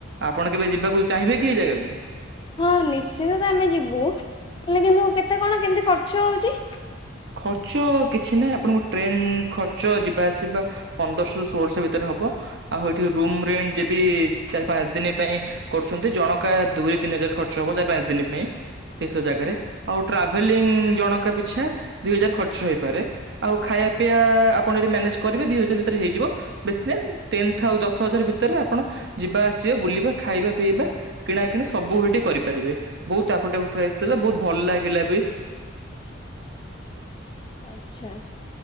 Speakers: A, on the right (about 60°); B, on the left (about 25°).
A: ଆପଣ କେବେ ଯିବାକୁ ଚାହିଁବେ କି ଏ ଜାଗାକୁ?
B: ହଁ ନିଶ୍ଚିନ୍ତ ତ ଆମେ ଯିବୁ ହେଲେ କିନ୍ତୁ କେତେ କଣ କେମିତି ଖର୍ଚ୍ଚ ହଉଛି?
A: ଖର୍ଚ କିଛି ନାହିଁ ଆପଣଙ୍କ ଟ୍ରେନ ଖର୍ଚ୍ଚ ଯିବା ଆସିବା ପନ୍ଦରଶହ ର ଷୋହଳଶହ ଭିତରେ ହବ ଆଉ ଏଠି ରୁମ ରେଟ ଯଦି ଚାରି ପାଞ୍ଚ ଦିନ ପାଇଁ କରୁଛନ୍ତି ଜଣକା ଦୁଇରେ ତିନି ହଜାର ଖର୍ଚ୍ଚ ହବ ଚାରି ପାଞ୍ଚ ଦିନ ପାଇଁ ଏସୁ ଜାଗାରେ ଆଉ ଟ୍ରାଭେଲିଂ ଜଣଙ୍କ ପିଛା ଦି ହଜାର ଖର୍ଚ୍ଚ ହେଇପାରେ ଆଉ ଖାଇବା ପିଇବା ଆପଣ ଯଦି ମ୍ୟାନେଜ କରିବେ ଦି ହଜାର ଭିତରେ ହେଇଯିବ ବେଶୀ ଟେନ ଆଉ ଦଶ ହଜାର ଭିତରେ ଆପଣ ଯିବା ଆସିବା ବୁଲିବା ଖାଇବା ପିଇବା କିଣା କିିଣି ସବୁ ହେଠି କରିପାରିବେ ବହୁତ ଆଫୋର୍ଟେବଲ ପ୍ରାଇ ଥିଲା ବହୁତ ଭଲ ଲାଗିଲା ବି
B: ଆଚ୍ଛା